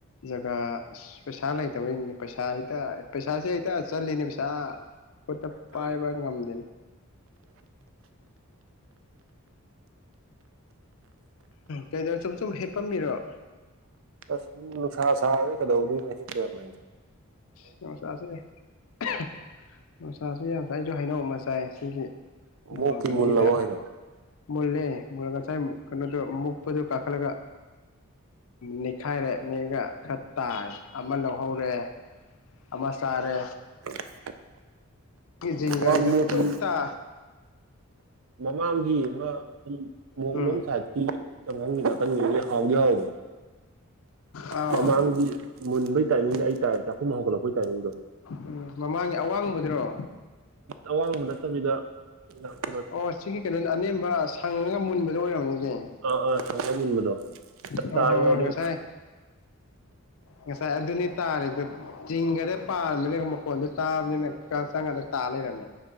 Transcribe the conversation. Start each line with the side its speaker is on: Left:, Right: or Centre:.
Left: ꯖꯒꯥ ꯑꯁ ꯄꯩꯁꯥ ꯂꯩꯇꯕꯩꯅꯤꯅꯦ ꯄꯩꯁꯥ ꯍꯦꯛꯇ ꯄꯩꯁꯥꯁꯦ ꯍꯦꯛꯇ ꯆꯠꯂꯦꯅꯦ ꯄꯩꯁꯥ ꯈꯨꯠꯇ
Right: ꯇꯥꯔꯦ
Left: ꯄꯥꯏꯕ ꯉꯝꯗꯦꯅꯦ ꯀꯩꯅꯣ ꯁꯨꯝ ꯁꯨꯝ ꯍꯤꯞꯄꯝꯃꯤꯔꯣ
Right: ꯑꯁ ꯁꯨꯝ ꯅꯨꯡꯁꯥ ꯁꯥꯕꯗ ꯀꯩꯗꯧꯗꯨꯏꯅꯦ ꯍꯤꯞ ꯂꯩꯔꯝꯃꯤꯅꯤꯗ
Left: ꯑꯁ ꯅꯨꯡꯁꯥꯖꯤꯗꯤ <unintelligible> ꯅꯨꯡꯁꯥꯖꯨ ꯌꯥꯝ <unintelligible> ꯑꯩꯖꯨ ꯍꯩꯅꯧ ꯑꯃ ꯆꯥꯥꯏ ꯁꯤꯒꯤ
Right: ꯃꯣꯛꯀꯤ
Left: <unintelligible>
Right: ꯃꯨꯜꯂꯕꯣ
Left: ꯒꯤꯗ
Right: ꯍꯥꯏꯗꯣ
Left: ꯃꯨꯜꯂꯦ ꯉꯁꯥꯏ ꯀꯩꯅꯣꯗꯣ ꯃꯨꯛꯄꯗꯣ ꯀꯥꯈꯠꯂꯒ ꯅꯤꯛꯈꯥꯏꯔꯦ <unintelligible> ꯈꯔ ꯇꯥꯔꯦ ꯑꯃ ꯂꯧꯍꯧꯔꯦ ꯑꯃ ꯆꯥꯔꯦ
Right: <unintelligible>
Left: ꯈꯣꯏ ꯖꯤꯡꯒꯒꯤꯗꯣ
Right: ꯃꯣꯛꯀꯤ
Left: ꯇꯨꯛꯇꯥ
Right: ꯃꯃꯥꯡꯒꯤ ꯑꯃ ꯃꯣꯛꯂꯣꯝ
Left: ꯎꯝ
Right: ꯁꯥꯏꯠꯀꯤ ꯆꯪꯕꯝꯒꯤ ꯅꯥꯀꯟꯒꯤꯗꯨꯗꯤ ꯍꯥꯎꯗꯤ ꯍꯥꯎꯕꯅꯦ
Left: ꯑꯥꯎ
Right: ꯃꯃꯥꯡꯒꯤ ꯃꯨꯟꯕꯩ ꯇꯥꯏꯃꯤꯡꯗ ꯑꯩ ꯇꯥꯏ ꯆꯥꯛꯈꯨꯝ ꯍꯧꯒꯠꯂꯛꯄꯩ ꯇꯥꯏꯃꯤꯡꯗꯣ
Left: ꯎꯝ ꯃꯃꯥꯡꯒꯤ ꯑꯋꯥꯡꯕꯗꯨꯔꯣ
Right: ꯑꯋꯥꯡꯕ ꯅꯠꯇꯕꯤꯗ ꯑꯃ
Left: ꯑꯣ ꯁꯤꯒꯤ ꯀꯩꯅꯣꯗ ꯑꯅꯦꯝꯕ ꯁꯪꯉꯒ ꯃꯨꯟꯕꯗꯣ ꯑꯣꯏꯔꯝꯒꯅꯤ
Right: ꯑ ꯑ ꯁꯪꯉ ꯃꯨꯟꯕꯗꯣ
Left: ꯑꯣ
Right: ꯇꯔꯤꯉꯩꯗ
Left: ꯍꯣꯏ ꯍꯣꯏ ꯉꯁꯥꯏ ꯉꯁꯥꯏ ꯑꯗꯨꯅꯤ ꯇꯥꯔꯤꯗꯨ ꯖꯤꯡꯒꯗ ꯇꯥꯔꯝꯅꯤꯅ ꯃꯈꯣꯟꯗꯣ ꯇꯥꯕꯅꯤꯅ ꯀꯥ ꯆꯪꯒꯥꯟꯗ ꯇꯥ ꯂꯩꯔꯝꯃꯦ